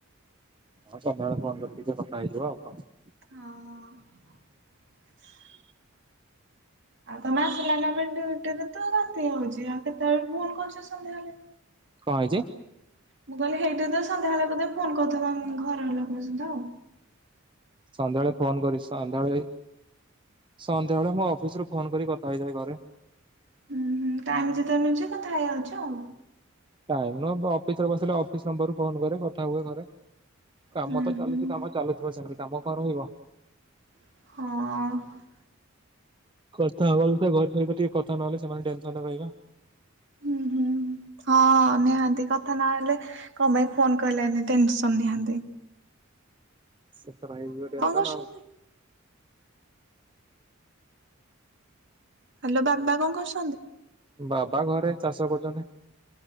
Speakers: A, on the right (about 25°); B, on the right (about 60°).
A: ହଁ ସନ୍ଧ୍ୟା ବେଳେ ଫୋନ୍ କରିକି ଟିକେ କଥା ହେଇଯିବ ଆଉ କଣ।
B: ହଁ। <inaudible> ଆଉ ତମେ ଆସିଲ ନା ମେଣ୍ଡି ଭଣ୍ଡିରେ ତ ବାତି ହଉଛି ଆଉ କେତେବେଳେ ଭୁଲ କରୁଛ ସନ୍ଧ୍ୟା ହେଲେ
A: କଣ ହେଇଛି?
B: ମୁଁ କହିଲି ହେଇଠି ସନ୍ଧ୍ୟା ବେଳେ ବୋଧେ ଫୋନ କରିବା ଘର ଲୋକଙ୍କ ସତ ଆଉ
A: ସନ୍ଧ୍ୟାବେଳେ ଫୋନ କରି ସନ୍ଧ୍ୟାବେଳେ ସନ୍ଧ୍ୟାବେଳେ ମୋ ଅଫିସ ରୁ ଫୋନ କରି କଥା ହେଇଯାଏ ଘରେ।
B: ହୁଁ ହୁଁ ଟାଇମ ଯେତେ ନୁଛି କଥା ହେଇଯାଉଛୁ ଆଉ
A: ଟାଇମ ନୁହଁ ଅଫିସରେ ବସିଲେ ଅଫିସ ନମ୍ବରୁ ଫୋନ କରେ କଥା ହୁଏ ଘରେ କାମ
B: ହୁଁ
A: ତ ଚାଲୁଛି
B: ହୁଁ
A: କାମ ଚାଲୁଥିବ ସେମିତି କାମ କଣ ରହିବ।
B: ହଁ।
A: କଥା ହବାଥା ଘରେ ସ ଟିକେ କଥା ନହେଲେ ସେମାନେ ଟେନସନ ହେବେକି କଣ
B: ହୁଁ ହୁଁ ହଁ ନିହାନ୍ତି କଥା ନହେଲେ କଣ ପାଇଁ ଫୋନ କହିଲି ଟେନସ ନିହାନ୍ତି।
A: ସେତ ରହିବି ତ ଟେନସନ
B: କରୁଛନ୍ତି?
A: ଆଉ
B: ହ୍ୟାଲୋ ବାବା କଣ କରସ
A: ବାବା ଘରେ ଚାଷ କର। <unintelligible>